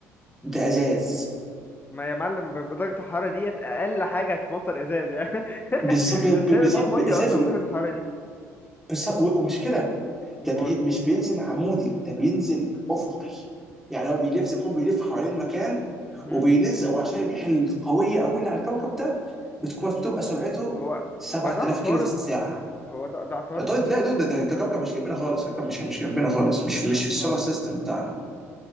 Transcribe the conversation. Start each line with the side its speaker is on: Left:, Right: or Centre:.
Centre: ده ازاز
Left: ما يا معلم ب- بدرجة الحرارة ديت اقل حاجة هتمطر ازاز يعني <laughs>
Centre: بالظبط
Left: مش
Centre: بالظبط
Left: هيبقى فيه مية
Centre: ازاز
Left: اصلا
Centre: و-
Left: بدرجة الحرارة دي
Centre: بالظبط و- ومش كده
Left: امال
Centre: ده بي مش بينزل عمودي ده بينزل افقي يعني هو بيلف زي ما يكون بيلف حوالين المكان
Left: مهم.
Centre: وبيلزق وعشان الريح القويه قوي اللي على الكوكب ده بتكون بتبقى سرعته
Left: هو
Centre: 7000
Left: هو ده عطارد
Centre: كيلو في الساعه
Left: هو ده ده عطارد
Centre: طيب لا يا دود ده, ده كوكب مش جنبنا خالص كوكب مش مش جنبنا خالص مش مش
Left: اها
Centre: في السولار سيستم بتاعنا